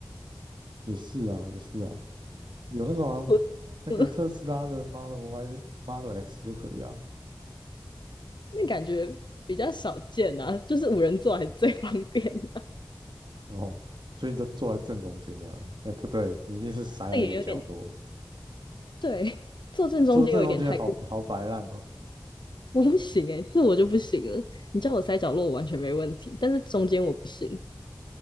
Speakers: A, on the right; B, on the left.
A: <laughs> 也是啊，也是啊，有那种啊，
B: 我
A: 那个特斯拉的
B: 嗯，
A: Model Y Model X 就可以啊。
B: 那感觉比较少见啊。就是五人座还是最方便的、啊
A: 然后，所以你就坐在正中间这样。哎，不对，你一定是塞在一个角落，
B: 那也有点对，坐正中间有一点太过，
A: 坐正中间好好摆烂哦。
B: 我不行哎、欸这我就不行了。你叫我塞角落，我完全没问题，但是中间我不行。